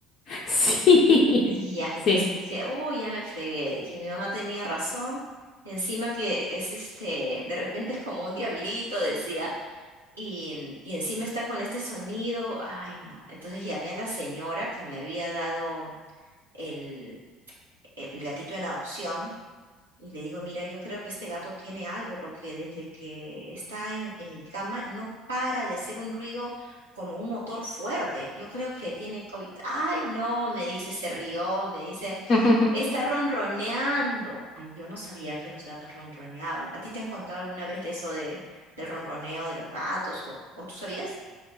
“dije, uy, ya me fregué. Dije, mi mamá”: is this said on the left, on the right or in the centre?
Right